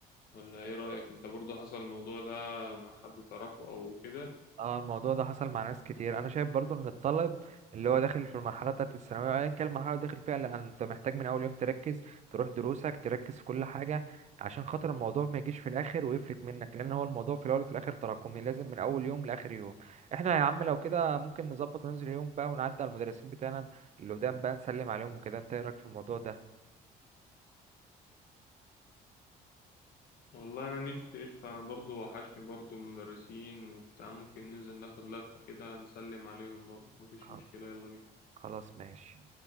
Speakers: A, on the left; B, on the right.
A: ولا إيه رأيك أنت برضو حصل الموضوع ده مع حد تعرفه أو كده
B: اه الموضوع ده حصل مع ناس كتير انا شايف برضو ان الطالب اللي هو داخل في المرحله بتاعه الثانويه ايا كان المرحله اللي داخل فيها لأ، انت محتاج من اول يوم تركز تروح دروسك تركز في كل حاجه عشان خاطر الموضوع ما يجيش في الاخر ويفلت منك لان هو الموضوع في الاول وفي الاخر تراكمي لازم من اول يوم لاخر يوم احنا يا عم لو كده ممكن نظبط وننزل يوم بقى ونعدي على المدرسين بتاعنا اللي قدام بقى نسلم عليهم وكده انت ايه رايك في الموضوع ده
A: والله انا نفسي قشطة انا برضو وحشني برضو المدرسين وبتاع ممكن ننزل ناخد لفة كده نسلم عليهم برضو مفيش
B: خل-
A: مشكلة يلا بينا
B: خلاص ماشي